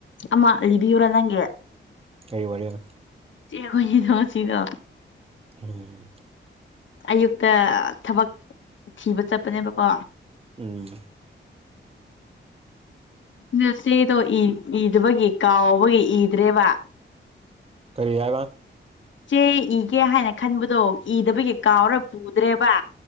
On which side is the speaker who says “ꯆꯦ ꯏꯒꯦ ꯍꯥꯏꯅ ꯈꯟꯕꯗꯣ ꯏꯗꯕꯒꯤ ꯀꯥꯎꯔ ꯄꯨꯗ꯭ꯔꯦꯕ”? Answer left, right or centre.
Left